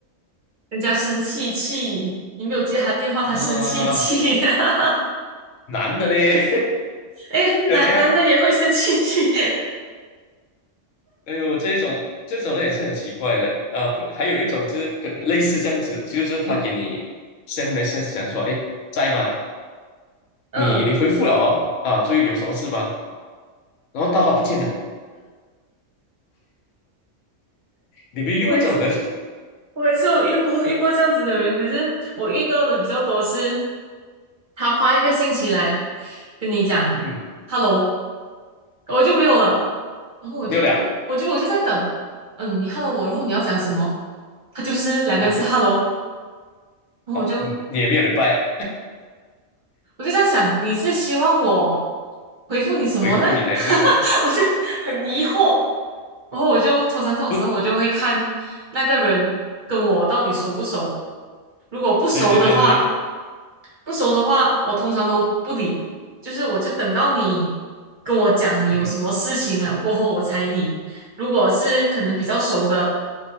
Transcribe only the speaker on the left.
<laughs>
啊，
男的嘞，
<laughs>
而且还哎呦，这一种这种人也是很奇怪的啊、不，还有一种就是跟类似这样子，就是他给你 send message 讲说，哎，在吗？
你你回复了哦，啊，注意有什么事吗？然后到他不见了，你没遇过这种人？
<laughs> 嗯，
没有了啊，
啊对，
好、嗯，你也没有礼拜
回复你，还是
不，
对对对对，
嗯哼